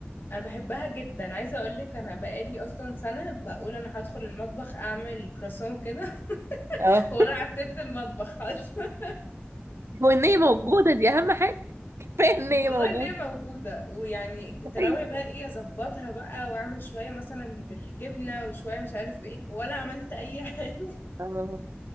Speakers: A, on the left; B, on the right.
A: انا بحبها جدا عايزه اقول لك انا بقالي اصلا سنه بقول انا هدخل المطبخ اعمل كراسون كده <laughs>
B: اه
A: ولا عتبت المطبخ اصلا
B: <laughs> هو ان هي موجوده دي اهم حاجه <laughs> كفايه
A: <laughs>
B: ان هي
A: والله
B: موجوده
A: ان هي موجوده ويعني كنت
B: <laughs>
A: ناويه بقى ايه اظبطها بقى واعمل شويه مثلا بالجبنه وشويه مش عارف بايه ولا عملت اي حاجه
B: اه